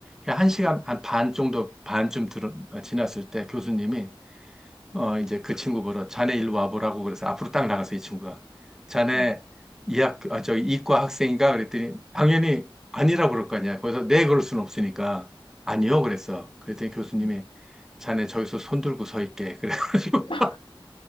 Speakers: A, in the centre; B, on the left.
A: 한
B: 음,
A: 시간 한 반 정도, 반쯤 들 어, 지났을 때 교수님이, 어,
B: 음,
A: 이제 그 친구 보러, 자네 일로 와보라고 그래서 앞으로 딱 나가서 이 친구가. 자네
B: 음,
A: 이 학, 아, 저 이과 학생인가? 그랬더니 당연히 아니라고 그럴 거 아니야. 거기서 네, 그럴 수는 없으니까. 아니요,
B: 음,
A: 그랬어. 그랬더니 교수님이
B: 음.
A: 자네 저기서 손 들고 서 있게. <laughs> 그래가지고.
B: <laughs>